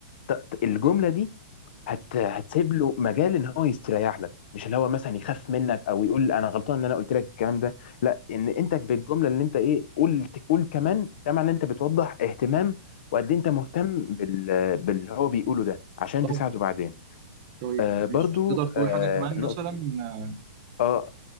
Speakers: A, on the left; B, on the right.
A: ت- ت- الجمله دي هت... هتسيب له مجال ان هو يستريح لك مش اللي هو مثلا يخاف منك او يقول انا غلطان ان انا قلت لك الكلام ده لا ان انت بالجمله اللي انت ايه قلت قول كمان ده معناه ان انت بتوضح اهتمام وقد إيه انت مهتم بال... باللي هو بيقوله ده عشان
B: طبعا
A: تساعده بعدين
B: طيب
A: آه برضو
B: ماشي تقدر تقول
A: آه
B: حاجه كمان
A: نقطه
B: مثلا آه،
A: اه